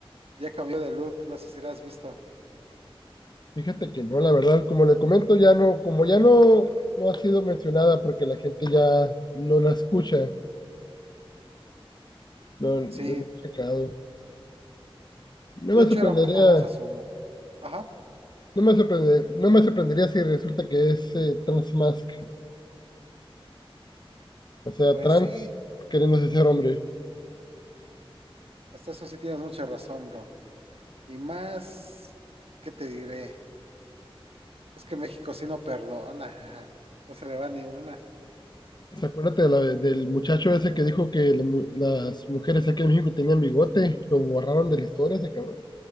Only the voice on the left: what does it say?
Fíjate que no, la verdad, como le comento, ya no, como ya no, no ha sido mencionada porque la gente ya no la escucha, no, no
lo he checado. No
me
sorprendería,
no me sorprende- no me sorprendería si resulta que es eh, trans mask, o sea,
trans
queriéndose ser hombre.
Pues acuérdate de la- del muchacho ese que dijo que la mu- las mujeres aquí en México tenían bigote, lo borraron de la historia ese cabrón.